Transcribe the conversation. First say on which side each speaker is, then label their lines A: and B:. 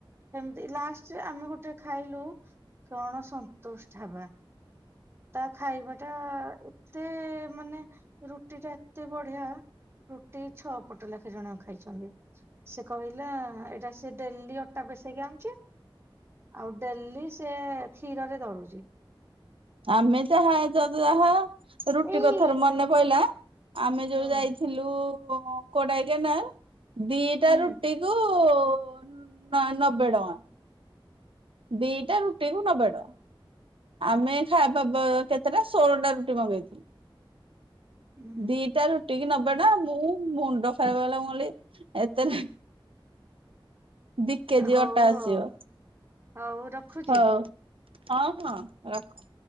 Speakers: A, on the right; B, on the right.
A: ସେମିତି ଲାଷ୍ଟରେ ଆମେ ଗୋଟେ ଖାଇଲୁ କଣ ସନ୍ତୋଷ ଢାବା। ତା ଖାଇବା ଟା ଏତେ ମାନେ ରୁଟି ଟା ଏତେ ବଢିଆ। ରୁଟି ଛଅ ପଟ ଲେଖି ଜଣକା ଖାଇଛନ୍ତି। ସେ କହିଲା ଏଇଟା ସେ ଡେଲି ଅଟା ପେସେଇକି ଆଣୁଚି। ଆଉ ଡେଲି ସେ କ୍ଷୀରରେ ଦଳୁଚି।
B: ଆମେ ଯାହା ତ ଯାହା ରୁଟି
A: ଏଇ
B: କଥାରୁ ମନେ ପଇଲା ଆମେ ଯୋଉ
A: ହୁଁ
B: ଯାଇଥିଲୁ କୋଡାଇକାନାର ଦିଟା
A: ହୁଁ
B: ରୁଟି କୁ କୁ ବା ନବେ ଟଙ୍କା। ଦିଟା ରୁଟିକୁ ନବେ ଟଙ୍କା। ଆମେ ଖାଇବା ବା କେତେଟା ଷୋଳ ଟା ରୁଟି ମଗେଇଥିଲୁ।
A: ହୁଁ
B: ଦିଟା ରୁଟି କି ନବେ ଟଙ୍କା ମୁଁ ମୁଣ୍ଡ ଖରାପ ହେଇଗଲା ମୁଁ କହିଲି ଏତେରେ ଦି କେଜି
A: ହଉ
B: ଅଟା ଆସିବ।
A: ହଉ ହଉ ରଖୁଛି।
B: ହଉ ହଁ ହଁ ରଖୁଚି।